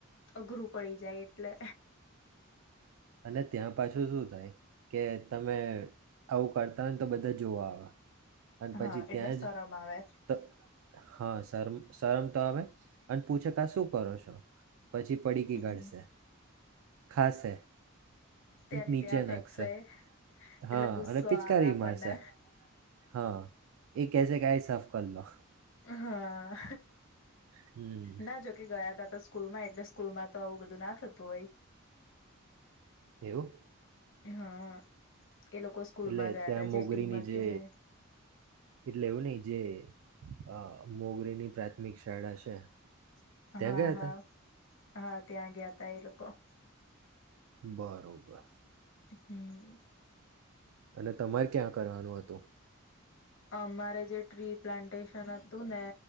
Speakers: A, on the left (about 65°); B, on the right (about 70°).
A: અઘરું પડી જાય એટલે
B: અને ત્યાં પાછું શું થાય કે તમે આવું કરતા હોય ને તો બધા જોવા આવે. અને પછી
A: હા
B: ત્યાં
A: એટલે શરમ
B: જ
A: આવે
B: તો હા શરમ શરમ તો આવે <inaudible> શું કરો છો? પછી પડીકી
A: હમ
B: કાઢશે, ખાશે.
A: ત્યાંની
B: નીચે
A: ત્યાં ફેંકશે
B: નાખશે
A: એટલે
B: હા
A: ગુસ્સો
B: અને પિચકારી
A: આવે આપણને
B: મારશે હા એ કેશે ગેસ ઓફ કર લો.
A: હા.
B: હમ
A: ના જોકે ગયા હતાં. સ્કૂલ માં એટલે સ્કૂલમાં તો આવું બધું ના થતું હોય.
B: એવું.
A: હા. એ લોકો સ્કૂલમાં
B: એટલે
A: ગયા
B: ત્યાં
A: હતા
B: મોગરીની
A: જે ટીમ હતી
B: જે
A: ને
B: એટલે એવું નહીં જે અ મોગરેની પ્રાથમિક શાળા છે. ત્યાં
A: હા,
B: ગયા
A: હા.
B: હતા
A: હા ત્યાં ગ્યા તાા એ લોકો.
B: બરોબર.
A: હમ્મ
B: અને તમારે ક્યાં કરવાનું હતું?
A: અમારે જે ટ્રી પ્લાન્ટેશન હતું ને